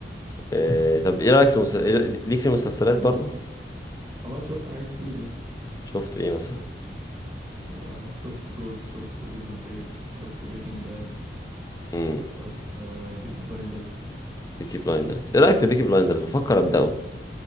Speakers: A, on the left; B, on the right.
A: إيه، طب ايه رأيك في المسل...
B: حاجه
A: إيه... ليك في المسلسلات برضه
B: اه شفت حاجه كتير يعني
A: شفت ايه مثلا
B: آه شفت جوت شفت بريزون بريك شفت بريكنج باد
A: امم
B: شفت آه بيكي بلايندرز
A: بيكي بلايندرز ايه رأيك في بيكي بلايندرز بفكر أبدأه